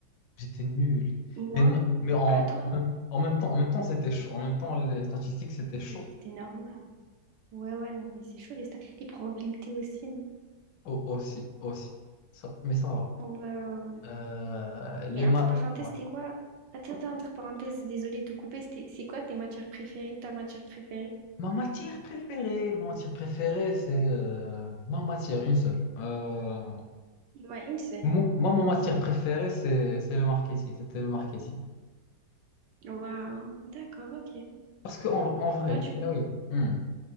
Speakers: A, on the left; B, on the right.
A: J'étais nul.
B: Moi,
A: Mais, non- mais en,
B: ah, toi.
A: en même, en même temps, en même temps, c'était chaud. En même temps, les statistiques, c'était chaud
B: Oui, c'est normal. Ouais, ouais, non, mais c'est chaud, les, sta- les probabilités aussi, non?
A: Au- aussi, aussi. Ça- mais ça va.
B: Ouais, ouais, ouais.
A: Euh,
B: Mais
A: les ma...
B: entre parenthèses,
A: ouais.
B: c'était quoi? Attends, attends, entre parenthèses, désolé de te couper, c'était- c'est quoi tes matières préférées, ta matière préférée?
A: Ma matière préférée, ma matière préférée, c'est euh, ma matière, une seule. Euh,
B: Ouais, une seule.
A: moi, moi, ma matière préférée, c'est c'est le marketing. C'était le marketing.
B: Waouh, d'accord, ok.
A: Parce que en, en vrai,
B: Là, tu veux
A: mais oui. hmm.